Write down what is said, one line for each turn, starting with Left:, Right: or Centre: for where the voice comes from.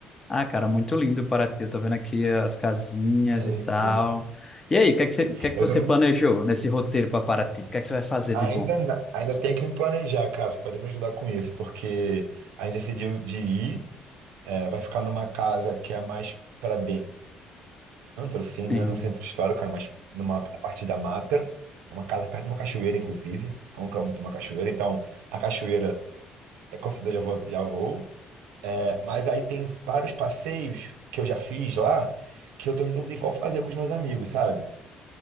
Left: Ah, cara, muito lindo Paraty. Eu tô vendo aqui as casinhas
Right: É
Left: e tal.
Right: isso.
Left: E aí, o que é que você, o que é que
Right: Eu
Left: você
Right: tô
Left: planejou nesse roteiro para Paraty? O que é que você vai fazer
Right: Ainda,
Left: de bom?
Right: na- ainda tem que me planejar, cara. Você pode me ajudar com isso, porque a gente decidiu de ir, é, vai ficar numa casa que é mais pra dentro, assim,
Left: Sim.
Right: não é no centro histórico, é mais numa parte da mata. É Uma casa perto de uma cachoeira, inclusive, é um quilômetro de uma cachoeira. Então, a cachoeira é considerada já vou, já vou. É, mas aí tem vários passeios que eu já fiz lá, que eu tô em dúvida em qual fazer com os meus amigos, sabe?